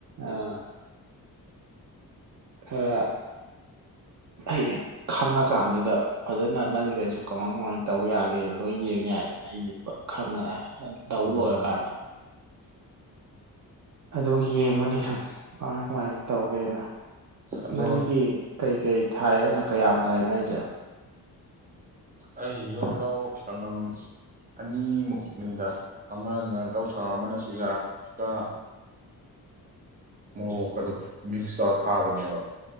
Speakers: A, on the right; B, on the right.
A: ꯑꯥ ꯈꯔ ꯍꯌꯦꯡ ꯈꯪꯉꯀꯥꯟꯗꯨꯗ ꯐꯖꯅ ꯅꯪꯒꯤꯗꯁꯨ ꯀꯃꯥꯏ ꯀꯃꯥꯏꯅ ꯇꯧ ꯌꯥꯒꯦꯗ ꯂꯣꯏ ꯌꯦꯡ ꯌꯥꯏꯗꯅ ꯑꯩꯁꯦ ꯈꯪꯉꯒ ꯍꯥꯏꯦ ꯧ
B: ꯎꯝ
A: ꯂꯣꯏꯔꯀꯥꯟꯗ ꯑꯗꯨ ꯌꯦꯡꯕꯅꯤ ꯁꯨꯝ ꯀꯃꯥꯏ ꯀꯃꯥꯏꯅ ꯇꯧꯒꯦꯅ
B: ꯑꯗꯣ
A: ꯅꯪꯒꯤ ꯀꯩꯀꯩ ꯊꯥꯏꯅ ꯀꯌꯥꯝ ꯊꯥꯏꯅꯣ ꯍꯥꯏꯁꯦ
B: ꯑꯩ ꯌꯣ ꯂꯧꯧ ꯁꯪꯉꯝ ꯑꯅꯤꯃꯨꯛꯅꯤꯗ ꯑꯃꯅ ꯂꯧ ꯁ ꯑꯃꯅ ꯆꯨꯖꯥꯛꯀ ꯃꯣꯔꯣꯛꯀ ꯑꯗꯨ ꯃꯤꯛꯁ ꯇꯧꯔ ꯊꯥꯕꯅꯦꯕ